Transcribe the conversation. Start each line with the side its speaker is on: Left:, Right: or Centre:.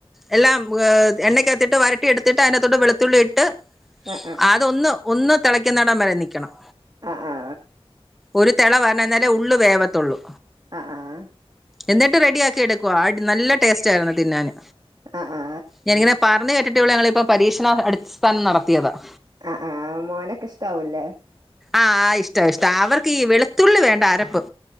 Centre: എല്ലാം എണ്ണയ്ക്കത്തിട്ട് വരട്ടി എടുത്തിട്ട് അതിനെ കത്തൊട്ട് വളത്തുള്ളി ട്ട്
Right: അ ആ.
Centre: അതൊന്ന് ഒന്ന് തിളക്കുന്നടൻ വരെ നിൽക്കണം.
Right: ആ ആ
Centre: ഒരു തിള പറഞ്ഞന്നാലേ ഉള്ള് വേവത്തുള്ളൂ
Right: ആ ആ
Centre: എന്നിട്ട് റെഡി ആക്കി എടുക്കുവ നല്ല ടേസ്റ്റ് ആയിരുന്നു തിന്നാന്
Right: ആ ആ
Centre: ഞാനിങ്ങനെ പറഞ്ഞ് കേട്ടിട്ടേളൂ ഞങ്ങളിപ്പ പരീക്ഷണ അടുസ്ഥാനം നടത്തിയതാണ്.
Right: ആ ആ മോനൊക്കെ ഇഷ്ടാവൂല്ലേ?
Centre: ആഹ ഇഷ്ട ഇഷ്ട അവർക്ക് ഈ വെളുത്തുള്ളി വേണ്ട ആരപ്പ്.